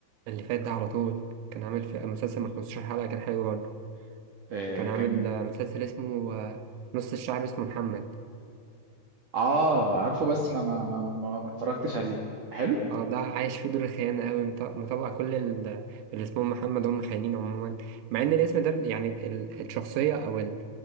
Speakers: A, on the right; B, on the right.
A: اللي فات ده على طول كان عامل في مسلسل من 15 حلقة كان حلو برضه
B: إيه
A: كان
B: كان
A: عامل آه، مسلسل اسمه آه، نص الشعب اسمه محمد
B: اه عارفه بس ما ما ما ما, ما اتفرجتش عليه حلو
A: اه ده عايش فيه دور الخيانة أوي مط- مطلع كل ال- اللي اسمهم محمد هم خاينين عموما مع إن الاسم ده يعني ال- الشخصية أو ال-